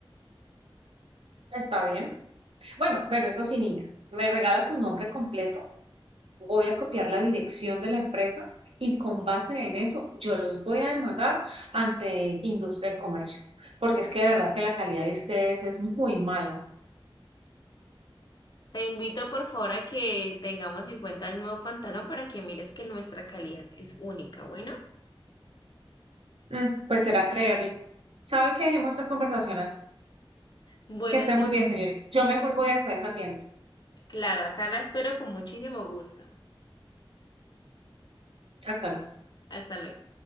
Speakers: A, on the right; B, on the left.
A: está bien. Bueno, pero eso sí, niña, ¿me regala su nombre completo? voy a copiar la dirección de la empresa y con base en eso yo los voy a demandar ante industria y comercio, porque es que de verdad que la calidad de ustedes es muy mala.
B: Te invito por favor a que tengamos en cuenta el nuevo pantalón para que mires que nuestra calidad es única. Bueno,
A: Mm, pues será creerle. ¿Sabe qué? Dejemos estas conversaciones
B: bueno,
A: Que esté
B: sí.
A: muy bien, señor. Yo mejor voy hasta esa tienda.
B: claro, acá la espero con muchísimo gusto.
A: Hasta luego.
B: Hasta luego.